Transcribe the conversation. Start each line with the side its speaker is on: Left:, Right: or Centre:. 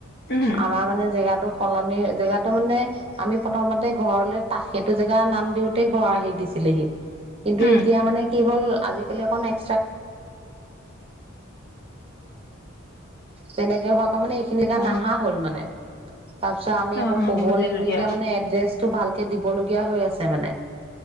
Left: উম
Right: আমাৰ মানে জেগাটো কলনি জেগাটো মানে আমি প্ৰথমতে ঘৰলে ত সেইটো জেগা নাম দিওতেই ঘৰ আহি দিছিলেহি কিন্তু
Left: উম
Right: এতিয়া মানে কি হ'ল আজিকালি অকন <unintelligible> যেনেকে হ আকৌ মানে এইখিনিলেকে
Left: অ
Right: নাহা হ'ল মানে তাৰপিছত আমি
Left: অ
Right: আকৌ
Left: অ
Right: ক'ব
Left: বুজিলো
Right: লাগিব,
Left: দিয়া
Right: এতিয়া মানে এড্ৰেছ তটো ভালকে দিবলগীয়া হৈ আছে মানে